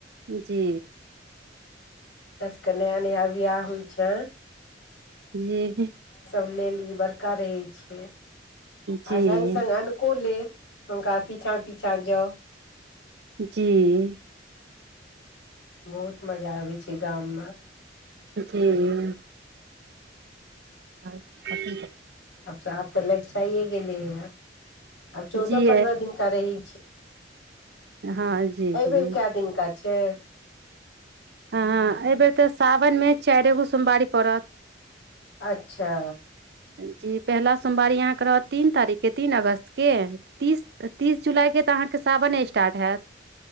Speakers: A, on the right (about 60°); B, on the left (about 75°).
A: जी
B: के नया नया बियाह होइ छै
A: जी
B: ई बड़का रहै छै आ
A: जी
B: संग संग अननको लेल हुनका पिछाँ पीछाँ ज
A: जी
B: बहुत मजा आबैत छै गाममे
A: जी अच्छा ठीक
B: अबफ तऽ लग जाइए गेलेये अब चौदह
A: जी
B: पन्द्रह दिन का रही
A: हँ जी
B: एहिबेर
A: जी
B: क दिनकनका छै
A: हँ एहि बेेर तऽ साावनमे चारि एगो सोमवारी पड़त
B: अच्छा
A: जी पहिला सोमवारी यहाँके रहत तीन तारीखके तीन अगस्तके तीस तीस जुलाइके तऽ अहाँके सावने स्टार्ट हैत